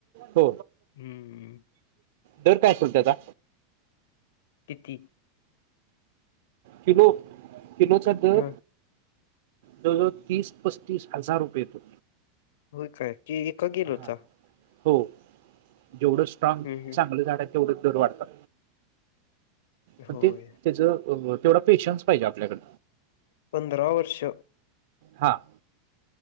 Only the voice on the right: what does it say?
हो,
दर काय आसल त्याचा?
किलो किलोचा दर
जवळ जवळ तीस पस्तीस हजार रुपये येतो.
हा हो जेवढं स्ट्रॉंग
चांगलं झाडाय तेवढ दर वाढतात. पण
ते तेच तेवढ पेशन्स पाहिजे आपल्याकड.
हां.